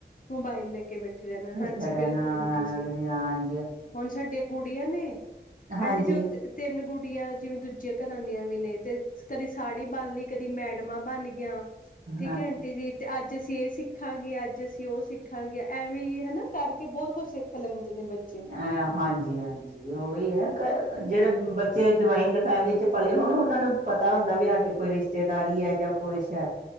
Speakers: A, on the left; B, on the right.
A: ਮੋਬਾਈਲ ਲੈ ਕੇ ਬੈਠ ਉੱਥੇ ਰਣਾ,
B: ਬੈਠਾ
A: ਹਾਂਜੀ,
B: ਰਹਿਣਾ
A: ਬਿਲਕੁਲ ਆਂਟੀ ਜੀ
B: ਹਾਂਜੀ
A: ਹੁਣ ਸਾਡੀਆਂ ਗੁੜੀਆਂ ਨੇ
B: ਹਾਂਜੀ
A: ਆਂਟੀ ਜੀ ਉਅ ਤਿੰਨ ਗੁੜੀਆਂ ਜਿਵੇਂ ਦੂਜੀਆਂ ਘਰਾਂ ਦੀਆਂ ਵੀ ਨੇ ਤੇ ਕਦੀ ਸਾੜੀ ਬਣਲੀ ਕਦੀ ਮੈਡਮਾਂ ਬਣਗੀਆਂ ਠੀਕ
B: ਹਾਂ
A: ਐ ਆਂਟੀ ਜੀ ਤੇ ਅੱਜ ਅਸੀਂ ਇਹ ਸਿੱਖਾਂਗੇ ਅੱਜ ਤੇ ਅਸੀਂ ਉਹ ਸਿੱਖਾਂਗੇ, ਐਵੇਂ ਹੀ ਹਨਾ ਕਰਕੇ ਬਹੁਤ ਕੁਛ ਸਿੱਖ ਲੈਂਦੇ ਨੇ ਬੱਚੇ
B: ਅ ਹਾਂਜੀ, ਹਾਂਜੀ ਉਹ ਵੀ ਹੈ ਨਾ ਜਿਹੜੇ ਬੱਚੇ ਜੁਆਇੰਟ ਫੈਮਲੀ ਚ ਪਲੇ ਹੋਣ ਉਹਨਾਂ ਨੂੰ ਪਤਾ ਹੁੰਦਾ ਵੀ ਸਾਡੇ ਕੋਈ ਰਿਸ਼ਤੇਦਾਰੀ ਐ ਜਾਂ ਕੁਛ ਐ